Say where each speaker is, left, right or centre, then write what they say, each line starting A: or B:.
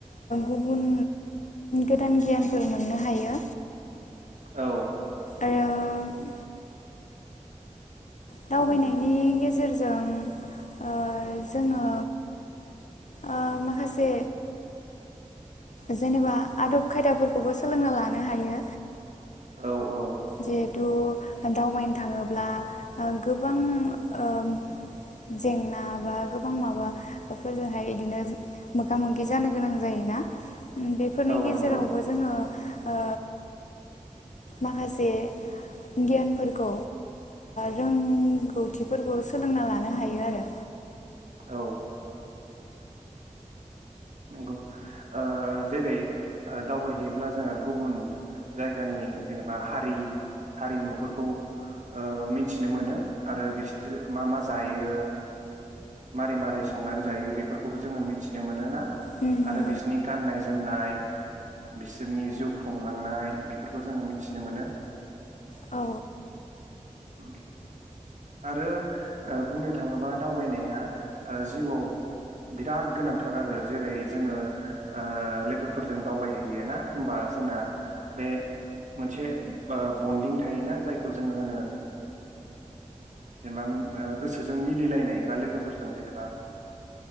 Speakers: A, on the left; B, on the right.
A: गुबुन गोदान गियानफोर मो मोननो हायो
B: औ
A: आरो दावबायनायनि गेजेरजों ओ जोङो ओ माखासे जेनेबा आदब खायदाफोरखौबो सोलोंना लानो हायो
B: औ औ
A: जे तु दावबायनो थाङोब्ला गोबां ओम जेंना बा गोबां माबाफोरजोंहाय ओ बिदिनो मोगा -मोगि जानो गोनां जायोना बेफोरनि
B: औ
A: गेजेरावबो
B: नंगौ
A: जोङो ओ माखासे गियानफोरखौ रोंगौथिफोरखौ सोलोंना लानो हायो आरो
B: औ नंगौ ओ जेरै दावबायहैयोब्ला जोङो गुबुन जायगानि जेनेबा हारि हारिमुफोरखौ ओ मिनथिनो मोनो आरो बिसो मा -मा जायो मारै -मारै संनानै जायो बेफोरखौबो जोङो मिथिनो मोन ना
A: मा
B: आरो बिसनि गाननाय जोमनाय बिसोरनि जिउ खुंलांनाय बेफोरखौ जोङो मिथिनो मोनो
A: औ
B: उम आरो बुंनो थाङोबा दावबायनाया जिउआव बिराद गोनांथार आरो जेरै जोङो ओ लोगोफोरजों दावबायहयो ना होनबा जोंना बे मोनसे ओ बन्दिं थायोना जायखौ जोङो होनो जेनेबा गोसोजों मिलिलाय नाय बा लोगोफोरजों जेनेबा